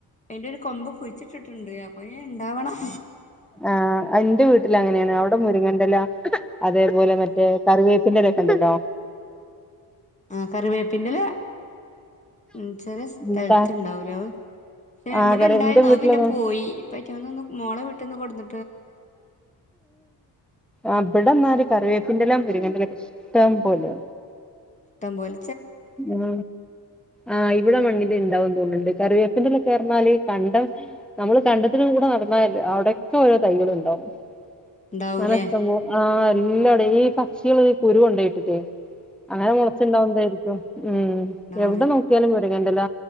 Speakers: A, on the left (about 20°); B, in the centre.
A: അയ്ന്റെ ഒരു കൊമ്പ് കുഴിച്ചിട്ടിട്ടുണ്ട്. അപ്പൊ ഞ് ഉണ്ടാവണം
B: ആഹ് അഇന്റെ വീട്ടിൽ അങ്ങനേണ്. അവിടെ മുരിങ്ങ ൻ്റല അതേപോലെ മറ്റേ കറിവേപ്പിന്റെ ല ക്കണ്ടല്ലോ
A: ആ കറിവേപ്പിന്റെല്ല ഉം ചെലെ സ്ഥലത്ത്ണ്ടാവൂല
B: എന്താ
A: വ് പക്ഷെ
B: ആഹ്
A: ഇവടെ
B: കറി
A: ഇണ്ടായിന്നൂ.
B: എന്റെ വീട്ടിലൊന്നും
A: അത് പിന്നെ പോയി. ഇപ്പ അയ്റ്റങ്ങന്ന് ഒന്ന് മോളെ വീട്ട് ന്ന് കൊട്ന്
B: അവിടെ ഇന്നാല് കറിവേ പിൻ്റെല, മുരിങ്ങ ൻ്റെല ക്കെ ഇഷ്ടം പോലെയാ.
A: തമ്പോൽ
B: ഉം ആഹ് ഇവിടെ മണ്ണില് ണ്ടാവും തോന്നുണ്ട് കറിവേപ്പിന്റലക്കെ പറഞ്ഞാല് കണ്ടം നമ്മള് കണ്ടത്തിന്റെ ഉള്ളിക്കൂടെ നടന്നാ ചെല്ല അവിടെക്കെ ഓരോ തൈകൾ ഉണ്ടാവും.
A: ഉണ്ടാവൂലേ
B: അങ്ങനെ ഇഷ്ടം പോ ആ ഇല്ലടി ഈ പക്ഷികള് കുരു കൊണ്ടോയിട്ടിട്ടേ അങ്ങനെ മുളച്ചുണ്ടാവുന്നതായിരിക്കും ഉം ഉം
A: ഉണ്ടാവൂലേ
B: എവിടെ നോക്യാലും വെ ചീമന്റെല